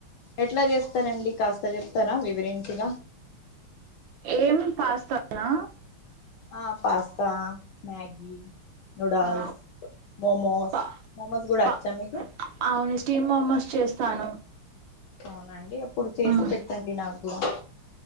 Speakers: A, on the left (about 70°); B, on the right (about 70°).
A: ఎట్లా చేస్తారండి కాస్త చెప్తారా వివారెంటాగా
B: ఏం పాస్తానా
A: ఆ పాస్తా మ్యాగి నూడల్స్
B: ఆ
A: మోమోస్
B: ప
A: మోమోస్ కూడా
B: ప
A: వచ్చా మీకు
B: అవును స్టీమ్ మమోస్ చేస్తాను
A: అవునండి అప్పుడు చేసి
B: మ్మ్
A: పెట్టండి నాకు కూడా